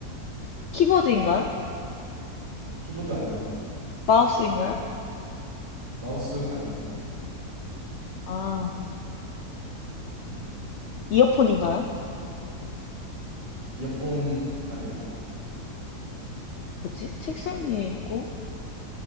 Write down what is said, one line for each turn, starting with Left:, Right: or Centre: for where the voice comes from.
Left: 키보드인가요?
Right: 키보드 아닙니다.
Left: 마우스인가요?
Right: 마우스 아닙니다.
Left: 아, 이어폰인가요?
Right: 이어폰 아닙니다.
Left: 뭐지? 책상 위에 있고